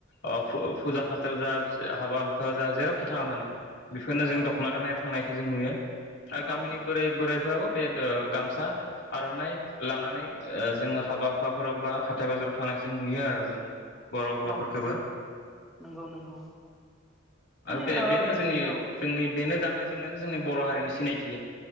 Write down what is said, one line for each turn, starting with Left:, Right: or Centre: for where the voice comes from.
Left: ओ फु-फुजा फाथोल जा हाबा हुखा जा जेरावखि थाङा मानो बेफोरनो जों
Centre: औ
Left: दख'ना गाननाय थांनाय जों नुयो आरो
Centre: औ
Left: गामिनि
Centre: नंगौ
Left: बोराय
Centre: नंगौ
Left: बोराइफोराबो बे दो गामसा आर'नाइ लानानै ओ जोङो हाबा हुखाफोराव बा हाथाय बाजाराव थांनायखौ जों नुयो आरो जों बर' हौवाफोरखोबो
Centre: औ नंगौ नंगौ माने
Left: आरो बे
Centre: ओ
Left: बेनो जोंनि
Centre: औ
Left: जोंनि बेनो गान गाननाय जोमनायानो जोंनि बर' हारिनि सिनायथि।